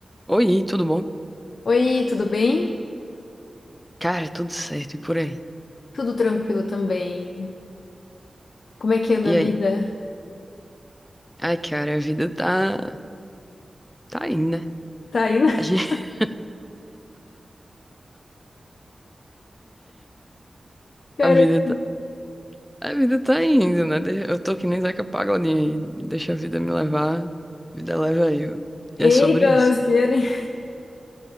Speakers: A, in the centre; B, on the left.
A: Oi, tudo bom?
B: Oi, tudo bem?
A: Cara, tudo certo e por aí?
B: Tudo tranquilo também. Como é que anda
A: E
B: a
A: aí?
B: vida?
A: Ai, cara, a vida tá tá indo, né?
B: Tá aí, né? <laughs>
A: A gente- <laughs>
B: Caramba.
A: a vida tá a vida tá indo, né? De- Eu tô que nem Zeca Pagodinho, aí, deixa a vida me levar, vida leva eu.
B: Eita,
A: E é sobre
B: elas
A: isso.
B: querem